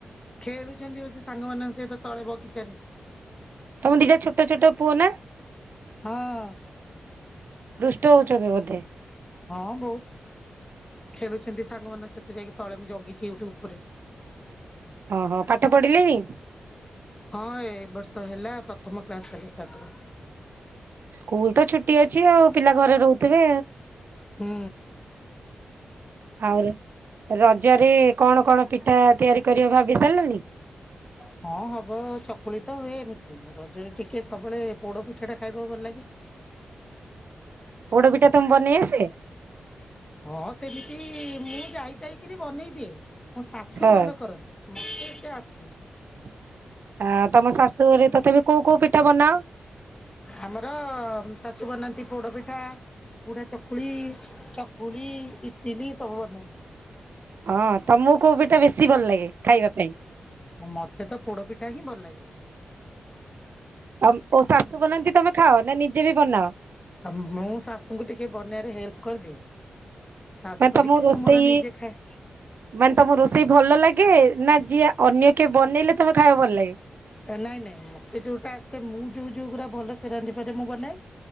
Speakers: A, on the left; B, on the right.
A: ଖେଳୁଛନ୍ତି ବସି ସାଙ୍ଗମାନଙ୍କ ସହିତ ତଳେ ବଗିଚାରେ।
B: ତମ ର ଦିଟା ଛୋଟ ଛୋଟ ପୁଅ ନା।
A: ହଁ
B: ଦୁଷ୍ଟ ହଉଛନ୍ତି ବୋଧେ।
A: ହଁ ବହୁତ୍। ଖେଳୁଛନ୍ତି ସାଙ୍ଗମାନଙ୍କ ସହିତ ଯାଇ ତଳେ ମୁଁ ଜଗିଛି ଏଉଠୁ ଉପରେ।
B: ଓହୋ, ପାଠ ପଢିଲେଣିି?
A: ହଁ ଏ ବର୍ଷ ହେଲା ପ୍ରଥମ କ୍ଲାସ୍ କଲେ ତାପରେ।
B: ସ୍କୁଲ୍ ତ ଛୁଟି ଅଛି ଆଉ ପିଲା ଘରେ ରହୁଥିବେ?
A: ହୁଁ।
B: ଆଉ ରଜରେ କଣ କଣ ପିଠା ତିଆରି କରିବ ଭାବି ସାରିଲଣି?
A: ହଁ ହବ ଚକୁଳି ତ ହୁଏ ଏମିତି, ରଜରେ ଟିକେ ସବୁବେଳେ ପୋଡ ପିଠା ଟା ଖାଇବାକୁ ଭଲ ଲାଗେ।
B: ପୋଡ଼ ପିଠା ତୋମ ବନେଇ ଆସେ?
A: ହଁ ସେମିତି ମୁଁ ଯାଇତାଇକିରି ବନେଇ ଦିଏ। ମୋ ଶାଶୁ
B: ହଁ
A: ଭଲ କରନ୍ତି, ମୋତେ ଏତେ ଆସିନି।
B: ଅ, ତୋମ ଶାଶୁଘରେ ତଥାପି କୋଉ କୋଉ ପିଠା ବନାଅ?
A: ଆମର ଉଁ, ଶାଶୁ ବନାନ୍ତି ପୋଡ ପିଠା, ବୁଢା ଚକୁଳି, ଚ କୁଳି, ଇଟିଲି ସବୁ ବନା <inaudible>
B: ହଁ ତୋମକୁ କୋଉ ପିଠା ବେଶୀ ଭଲ ଲାଗେ ଖାଇବା ପାଇଁ?
A: ଆଉ ମୋତେ ତ ପୋଡ ପିଠା ହିଁ ଭଲ ଲାଗେ।
B: ଅମ୍, ଓ ଶାଶୁ ବନାନ୍ତି ତୋମେ ଖାଅ ନା ନିଜେ ବି ବନାଅ?
A: ଆଉ ମୁଁ ଶାଶୁଙ୍କୁ ଟିକେ ବନେଇବାରେ ହେଲ୍ପ କରିଦିଏ। ସାହାଯ୍ୟ
B: ମାନେ
A: କରିକି
B: ତମକୁ
A: ମୁଁ
B: ରୋଷେଇ
A: ମୋର ନିଜେ ଖାଏ।
B: ମାନେ ତୋମ ରୋଷେଇ ଭଲ ଲାଗେ ନା ଯିଏ ଅନ୍ୟ କିଏ ବନେଇଲେ ତୋମେ ଖାଇବାକୁ ଭଲ ଲାଗେ?
A: ଅ, ନାଇଁ ନାଇଁ ମୋତେ ଯୋଉଟା ଆସେ ମୁଁ ଯୋଉ ଯୋଉ ଗୁରା ଭଲ ସେ ରାନ୍ଧିପାରେ ମୁଁ ବନାଏ।